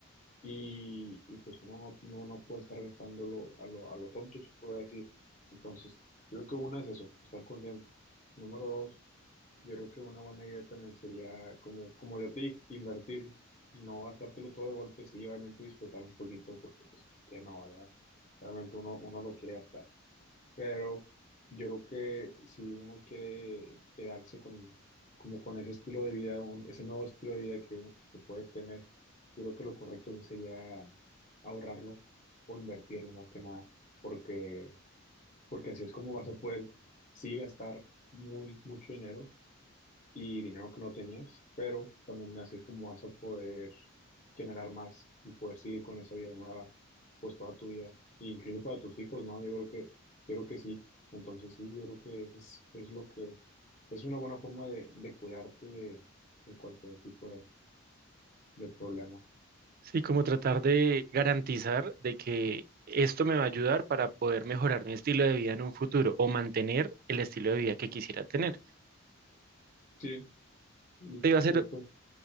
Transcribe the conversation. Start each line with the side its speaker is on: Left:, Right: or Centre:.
Left: y, y pues uno no, no, no puede estar gastándolo a lo, a lo tonto, se puede decir. Entonces, yo creo que una es eso, estar consciente. Número dos, yo creo que una buena idea también sería, como, como yo te dije, invertir, no gastártelo todo de golpe, sí, obviamente disfrutar un poquito, porque pues que no, ¿verdad? Obviamente uno, uno lo quiere gastar. Pero yo creo que si uno quiere quedarse con, como con ese estilo de vida, un- ese nuevo estilo de vida que, u- que puede tener, yo creo que lo correcto sí sería ahorrarlo o invertirlo más que nada, porque, porque así es como vas a poder, sí, gastar muy, mucho dinero y dinero que no tenías, pero también así es como vas a poder generar más y poder seguir con esa vida nueva, pues toda tu vida, e incluso para tus hijos, ¿no? Yo creo que, yo creo que sí. Entonces sí, yo creo que eso es, es lo que es una buena forma de, de cuidarte de, de cualquier tipo de, de problema.
Right: Sí, como tratar de garantizar de que esto me va a ayudar para poder mejorar mi estilo de vida en un futuro o mantener el estilo de vida que quisiera tener.
Left: Sí, y
Right: Te iba
Left: justo.
Right: a hacer,